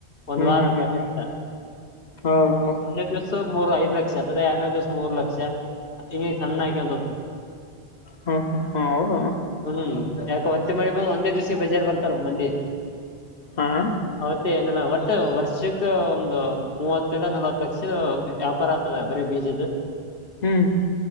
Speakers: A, on the left (about 60°); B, on the left (about 45°).
A: ಒಂದ್
B: ಹ್ಮ್ ಹ್ಮ್
A: ವಾರ
B: ಹ್ಮ್ ಹ್ಮ್
A: ಕನಿಷ್ಠ
B: ಹೌದಾ
A: ಒಂದೇ ದಿವ್ಸ ಮೂರು ಐದು ಲಕ್ಷ ಅದ ಎರನೇ ದಿವ್ಸ ಮೂರ್ ಲಕ್ಷ ಹಿ ಸಣ್ಣ ಆಯಕಂತ ಹತ
B: ಹ್ಮ ಹಾ ಹೌದ
A: ಹ್ಮ ಯಾಕ ಹೊತ್ತೆ ಮಿ ಬಂದ ಒಂದೇ ದಿವ್ಸ ಬಜಾರ್ ಬರ್ತಾರ ಮಂದಿ
B: ಹಾ
A: ಅವತ್ತೇ ಏನೆಲ್ಲ ಹೊ ಮತ್ತೆ ವರ್ಷಕ್ಕ ಒಂದು ಮೂವತ್ತಲ್ಲ ನಲ್ವತ್ತು ಲಕ್ಷದ ವ್ಯಾಪಾರ ಆಗ್ತದೆ ಬರೀ ಬೀಜ್ದ
B: ಹ್ಮ್